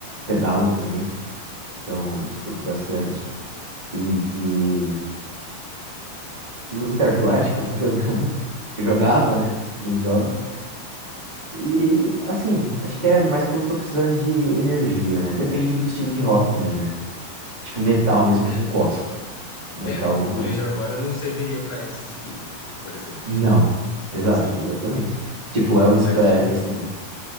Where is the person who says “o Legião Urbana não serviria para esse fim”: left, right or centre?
Left